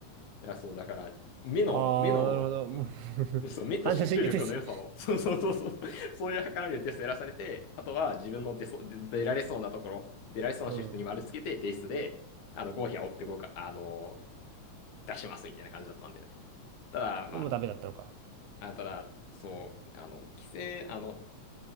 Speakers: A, on the left (about 75°); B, on the right (about 80°).
A: いや、そう、だから、目の、
B: ああ、
A: 目の、
B: なるほど。もう <laughs>
A: そう、目と集中力の良さを、
B: 反射神経です。
A: <laughs> そうそうそうそう、そういう測られるテストやらされて、あとは自分の出そう、出出られそうなところ、出られそうなシフトに丸つけて、
B: うん。
A: 提出で、あの、合否は追ってこうか、あの出しますみたいな感じだったんだよね。ただ、ま
B: でもダメだったのか。
A: あ、あただ、そう、あの、帰省、あの、